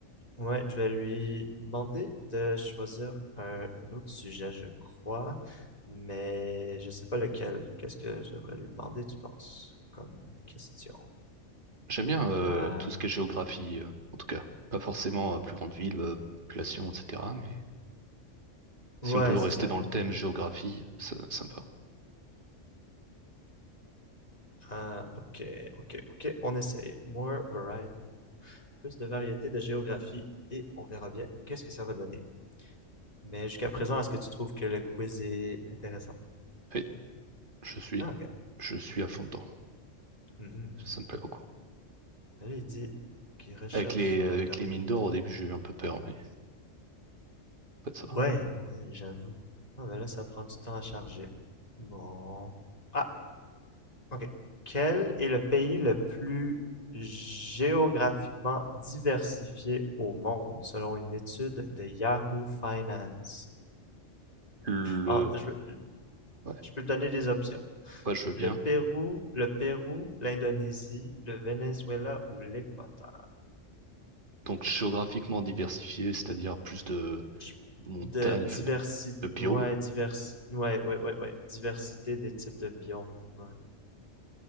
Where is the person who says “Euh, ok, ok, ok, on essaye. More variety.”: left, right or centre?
Left